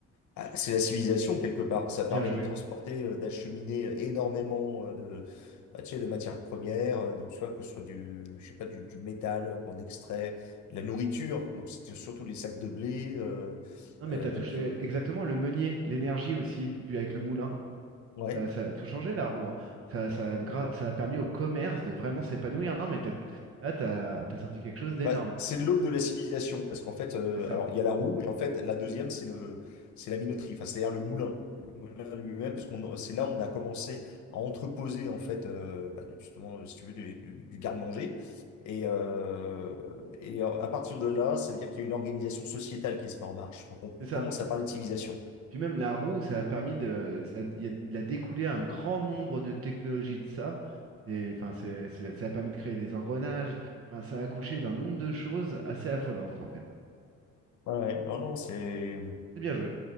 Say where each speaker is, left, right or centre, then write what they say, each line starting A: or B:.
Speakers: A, on the left (about 75°); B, on the right (about 50°).
A: ah, c'est la civilisation quelque part. Ça permet
B: Bien joué.
A: de transporter, euh, d'acheminer énormément euh, de, bah, tu sais, de matières premières, euh, donc soit que ce soit du, je sais pas, du, du métal euh, qu'on extrait, de la nourriture, donc c'était surtout les sacs de blé. euh,
B: Non, mais
A: euh,
B: t'as
A: donc,
B: touché
A: euh,
B: exactement le meunier, l'énergie aussi, dû avec le moulin.
A: ouais.
B: Ça, ça a tout changé la roue, hein. Ça, ça, a gra- ça a permis au commerce de vraiment s'épanouir. Non, mais t'as- là, t'as, t'as sorti quelque chose d'énorme.
A: Bah, c'est l'aube de la civilisation, parce qu'en fait, euh,
B: C'est ça.
A: alors il y a la roue, et en fait, la deuxième, c'est le, c'est la minoterie, enfin, c'est-à-dire le moulin, le moulin lui-même, parce qu'on, c'est là où on a commencé à entreposer, en fait, euh, bah, justement, si tu veux, du, du- du garde-manger. Et, euh, et euh, à partir de là, ça veut dire qu'il y a une organisation sociétale qui se met en marche. Donc, on,
B: C'est
A: on
B: ça.
A: commence à parler de civilisation.
B: Puis même la roue, ça a permis de. Ça, il y a il a découlé un grand nombre de technologies de ça. Et, enfin, c'est, c'est- ça a permis de créer des engrenages. Enfin, ça a accouché d'un nombre de choses assez affolantes, en fait.
A: Ouais, ouais. non, non, c'est.
B: C'est bien joué.